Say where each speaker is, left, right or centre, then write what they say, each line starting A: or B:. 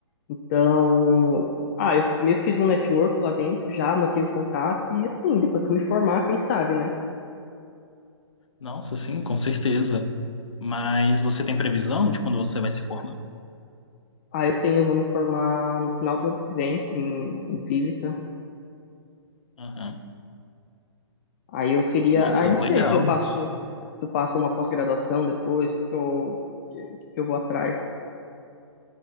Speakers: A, on the left (about 30°); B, on the left (about 85°).
A: Então, ah, eu meio que fiz um network lá dentro já, mantive o contato e assim, depois que eu me formar, quem sabe, né?
B: Nossa, sim, com certeza. Mas você tem previsão de quando você vai se formar?
A: Ah, eu tenho, eu vou me formar no final do ano que vem em, em física.
B: Uhum.
A: Aí eu queria,
B: Nossa,
A: aí não sei
B: legal.
A: se eu passo, se eu passo uma pós-graduação depois, que eu, que eu vou atrás.